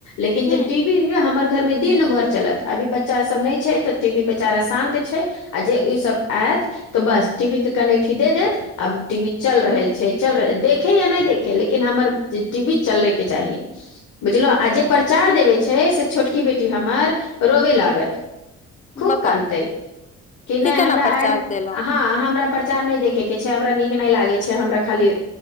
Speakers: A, on the left; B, on the left.
A: लेकिन जे
B: ह
A: टी वी हमर घरमे दिन भरि चलत अभी बच्चा सभ नहि छै। त टीवी बेचारा शान्त छै। आ जे ईसभ आयत। तऽ बस टी वी के कनैठी दे देत आब टी वी चल रहल छै चल रह देखे या नहि देखे लेकिन लेकिन हमर टीवी चलेके चाही। बुझलहुँ आ जे प्रचार देबे छै से छोटकी बेटी हमर रोबे लागत। खूब
B: बताउ
A: कनतै कि
B: की
A: नहि
B: केना
A: हमरा
B: प्रचार
A: एड
B: देलहुँ
A: हँ हमरा पर चा नहि देखे के छै। हमरा नीक नहि लागे छै। हमरा खाली